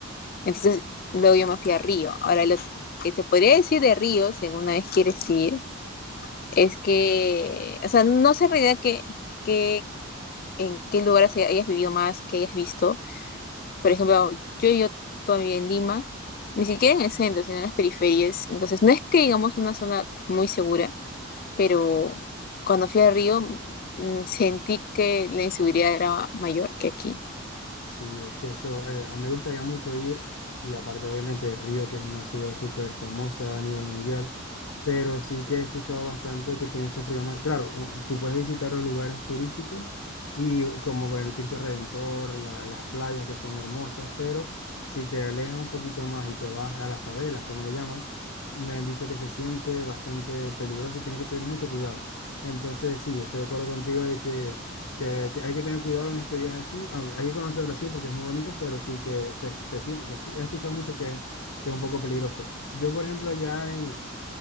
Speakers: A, on the left; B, on the left.
A: Entonces, luego yo me fui a Río. Ahora, lo que te podría decir de Río, si alguna vez quieres ir, es que, o sea, no sé en realidad que, que, en qué lugares hayas vivido más, que hayas visto Por ejemplo, yo vivo todavía en Lima, ni siquiera en el centro, sino en las periferias. Entonces, no es que digamos una zona muy segura, pero cuando fui a Río mm, sentí que la inseguridad era mayor que aquí.
B: Sí, es que eso, eh, a mí me gustaría mucho ir y aparte obviamente Río, que es una ciudad súper famosa a nivel mundial, pero sí que he escuchado bastante que tiene esos problemas. Claro, un- tú puedes visitar los lugares turísticos y como el Cristo Redentor, la- las playas que son hermosas, pero si te alejas un poquito más y te vas a las favelas, como le llaman, me han dicho que se siente bastante peligroso y tienes que tener mucho cuidado. Entonces, sí, estoy de acuerdo contigo de que que te- hay que tener cuidado en este viaje así. aunque Hay que conocer Brasil porque es muy bonito, pero sí que se, escu- se, sien- se escu- he escuchado mucho que, es- que es un poco peligroso. Yo, por ejemplo, allá en,